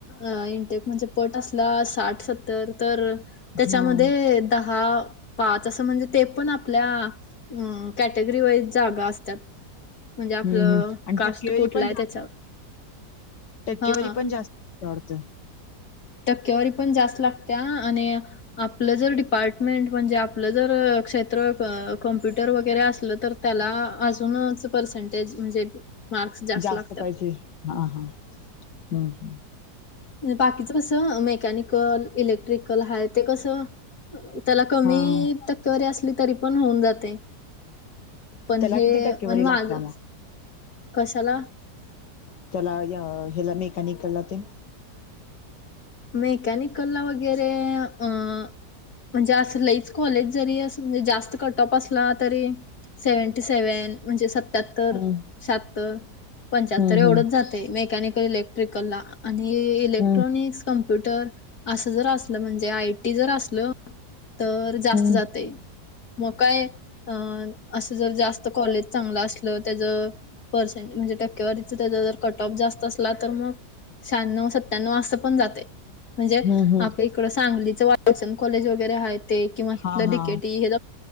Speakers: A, on the left; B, on the left.
A: अं ईनटेक म्हणजे पट असला साठ सत्तर तर
B: हा
A: त्याच्यामध्ये दहा पाच, असं म्हणजे ते पण आपल्या अ कॅटेगरी वाईज जागा असत्यात, म्हणजे आ
B: हम्म हम् आणि
A: कास्ट
B: टक्केवारी
A: कुठलं
B: पण
A: हाय
B: जास्त
A: त्याच्यावर.
B: टक्केवारी
A: हा
B: पण जास्त लागत्या वाडतं.
A: टक्केवारी पण जास्त लागत्या आणि आपलं जर डिपार्टमेंट म्हणजे, आपलं जर क्षेत्र अ कम्प्युटर वगैरे असलं तर त्याला, अजूनच पर्सेंटेज म्हणजे मार्क्स
B: जास्त
A: लागतात.
B: पाहिजे, हा हा हम्म.
A: म्हणजे बाकीच कसं, मेकॅनिकल, इलेक्ट्रिकल हाय ते कसं त्याला कमी,
B: हा
A: टक्केवारी असली तरी पण होऊन जातय. पण
B: त्याला
A: हे,
B: किती टक्केवारी
A: आणि माझं,
B: लागत्या मग
A: कशाला?
B: त्याला या ह्याला मेकॅनिकला ते.
A: मेकॅनिक ला वगैरे म्हणजे, अस लईच कॉलेज जरी असं म्हणजे जास्त कटऑफ असला तरी सेवंटी सेवेन म्हणजे सत्त सत्याहत्तर,
B: हम्म
A: शाहतर, पंचाहत्तर
B: हम्म
A: एवढंच
B: हम्म
A: जातय मेकॅनिकल ला. आणि इलेक्ट्रॉनिक्स,
B: हम्म
A: कम्प्युट, र असं जर असलं म्हणजे आयटी जर असलं तर जास्त
B: हम्म
A: जातय. मग काय अ असं जर जास्त कॉलेज चांगलं असलं त्याज पर्सेंट म्हणजे टक्केवारीच त्याचा जर कट ऑफ जास्त असला तर मग शहाण्णव सत्याण्व असं पण जाते. म्हणजे
B: हम्म हम्म
A: आपल्या इकडं सांगलीचं वालचंद कॉलेज वगैरे आहेत. किंवा हिथलं
B: हा
A: डि
B: हा
A: के टी हे